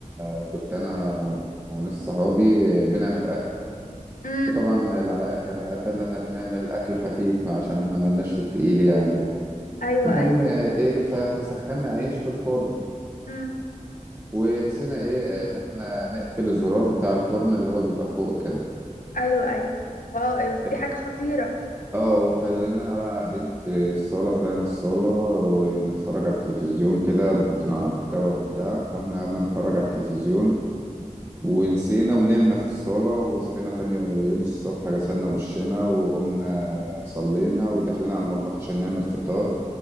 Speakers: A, on the right; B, on the left.
A: آه، كنت أنا وناس صحابي آه، بنعمل
B: امم
A: وطبعا الع... كالعادة اللي احنا بنعمل أكل خفيف عشان احنا ملناش في التقيل يعني
B: ايوه
A: المهم ايه فاحنا سخنا عيش في الفرن
B: ايوه
A: ونسينا ايه اللي احنا نقفل الزرار بتاع الفرن اللي هو بيبقى فوق كده
B: ايوه ايوه واو إيه بس دي
A: إيه،
B: حاجة خطيرة
A: اه وخلينا بقى قاعدين في الصالة طلعنا الصالة ونتفرج على التلفزيون كده محطينه على مكتبة وبتاع فاحنا قعدنا نتفرج على التلفزيون ونسينا ونمنا في الصالة وصحينا تاني يوم الصبح غسلنا وشنا وقمنا صلينا ودخلنا على المطبخ عشان نعمل فطار